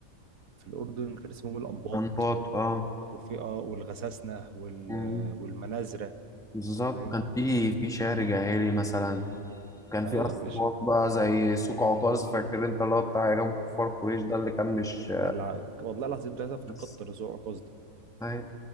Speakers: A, on the right; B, in the centre.
A: في الاردن كان اسمهم الانباط
B: أنباط اه
A: وفي اه والغساسنه وال
B: مم.
A: والمنازره
B: بالظبط
A: فاهم
B: كان في في شعر جاهلي مثلا كان في
A: ايوه
B: أصوات
A: يا باشا
B: بقى زي سوق عكاظ فاكر أنت اللي هو بتاع إمام كفار قريش ده اللي كان مش
A: يعني الع- والله العظيم ثلاثه افتقدت
B: <laughs> بس-
A: رزوع قصدي
B: أيوة.